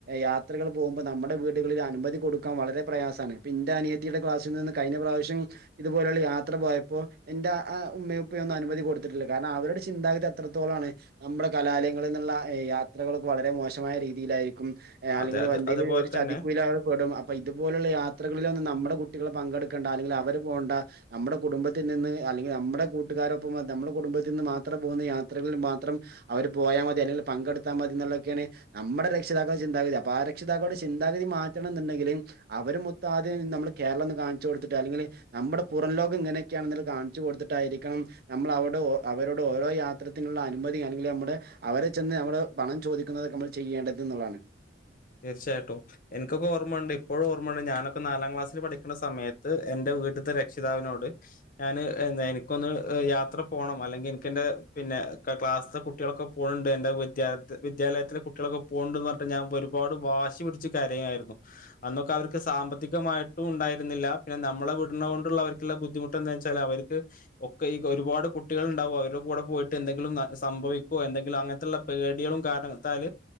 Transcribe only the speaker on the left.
അതെ അത്
അതുപോലെ
തന്നെ
തീർച്ചയായിട്ടും എനിക്കൊക്കെ ഓർമ്മയുണ്ട് ഇപ്പോഴും ഓർമ്മയുണ്ട് ഞാനൊക്കെ നാലാം ക്ലാസ്സിൽ പഠിക്കുന്ന സമയത്ത് എന്റെ വീട്ട്ത്തെ രക്ഷിതാവിനോട് ഞാൻ എനിക്കൊന്ന് യാത്ര പോണം അല്ലെങ്കിൽ എനിക്കെന്റെ പിന്നെ ക്ലാസിത്തെ കുട്ടകളൊക്കെ പോണ് ണ്ട്. എന്റെ വിദ്യാലയ വിദ്യാലയത്തിലെ കുട്ടികളക്കെ പോവുണ്ട് പറഞ്ഞിട്ട് ഞാൻ ഒരുപാട് വാശി പിടിച്ച് കരയായിരുന്നു അന്നൊക്കെ അവർക്ക് സാമ്പത്തികമായിട്ടും ഉണ്ടായിരുന്നില്ല പിന്നെ നമ്മള വിടുന്ന കൊണ്ടുള്ള അവർക്കുള്ള ബുദ്ധിമുട്ട് എന്താ വെച്ചാൽ അവർക്ക് ഒക്കെ ഈ ഒരുപാട് കുട്ടികൾ ഉണ്ടാവും അവരുടെ കൂടെ പോയി എന്തെങ്കിലും സംഭവിക്കോ എന്തെങ്കിലും അങ്ങനത്തുള്ള പേടികളും കാരണത്താൽ